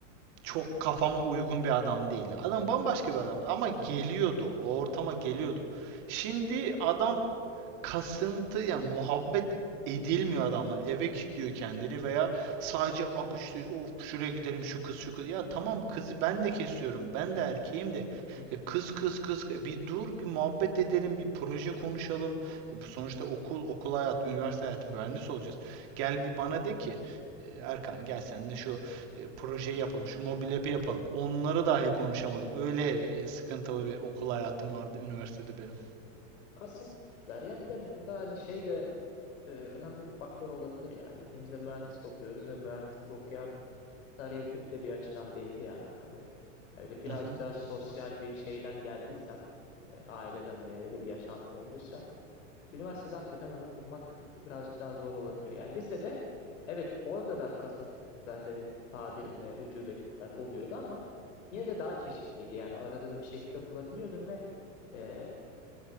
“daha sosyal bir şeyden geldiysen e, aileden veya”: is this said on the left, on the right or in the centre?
Left